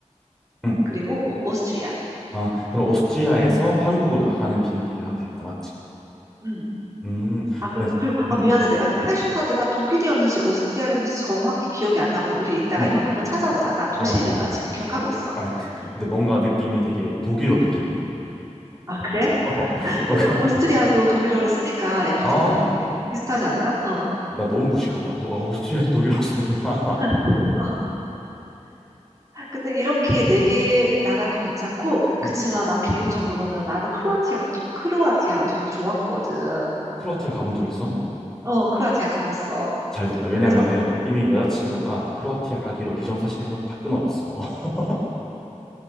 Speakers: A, in the centre; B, on the right.
A: 음,
B: 그리고 오- 오스트리아.
A: 아 그럼 오스트리아에서 한국으로 나가는 비행기를 하면 되겠다, 맞지?
B: 음.
A: 음,
B: 아, 그리고,
A: 알
B: 그리고 아,
A: 음,
B: 미안해. 내가 할슈타드가 독일이었는지 오스트리아였는지 정확히 기억이 안 나거든. 우리 이따가
A: 음,
B: 이건 한번 찾아보자. 나 도시
A: 어,
B: 이름만 지금 기억하고 있어.
A: 알겠어.
B: 음.
A: 근데 뭔가 느낌이 되게 독일어 느낌이야.
B: 아, 그래?
A: <laughs> 어,
B: 근데
A: 뭔가,
B: 오스트리아도 독일어를 쓰니까 약간
A: 아,
B: 좀 해- 비- 비슷하지 않을까? 어.
A: 나 너무 무식하다. 도, 아, 오스트리아도 독일어 쓰는구나. <laughs>
B: <laughs> 근데 이렇게 네 개 나라도 괜찮고, 그치만
A: 음,
B: 나 개인적으로는 나는 크로아티아가 또, 크로아티아가 되게 좋았거든.
A: 크로아티아 가본 적
B: 음.
A: 있어?
B: 어, 크로아티아 가봤어.
A: 잘 됐다. 왜냐면은
B: 그래서,
A: 이미 여자친구가
B: 음.
A: 크로아티아 가기로 기정사실 해놓고 다 끊어놨어. <laughs>